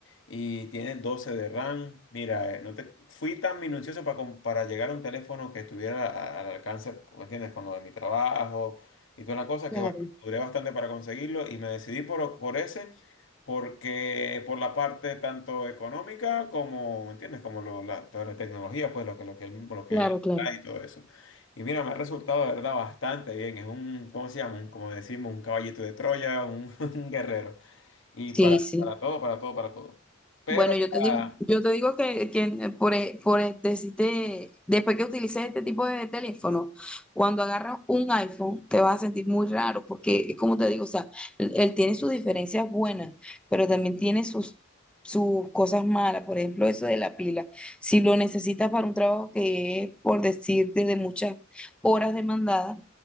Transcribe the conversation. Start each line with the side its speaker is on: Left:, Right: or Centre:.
Left: y tiene 12 de RAM. Mira, eh, no te, fui tan minucioso para, com- para llegar a un teléfono que estuviera a- al alcance, ¿me entiendes? Con lo de mi trabajo y toda la cosa,
Centre: claro,
Left: que bueno, duré bastante para conseguirlo y me decidí por, por ese, porque por la parte tanto económica como, ¿me entiendes? Como lo, la, toda la tecnología, pues lo que, lo que él, lo que
Centre: claro,
Left: él
Centre: claro.
Left: trae y todo eso. Y mira, me ha resultado de verdad bastante bien. Es un, ¿cómo se llama? Un, como decimos, un caballito de Troya, un, <laughs> un guerrero. Y
Centre: Sí,
Left: para,
Centre: sí.
Left: para todo, para todo, para todo. Pero,
Centre: Bueno,
Left: o
Centre: yo te digo,
Left: sea,
Centre: yo te digo que, que por, e- por e- decirte, después que utilices este tipo de teléfono, cuando agarras un iPhone, te vas a sentir muy raro, porque es como te digo, o sea, él, él tiene sus diferencias buenas, pero también tiene sus, sus cosas malas, por ejemplo, eso de la pila. Si lo necesitas para un trabajo que es, por decirte, de muchas horas demandadas,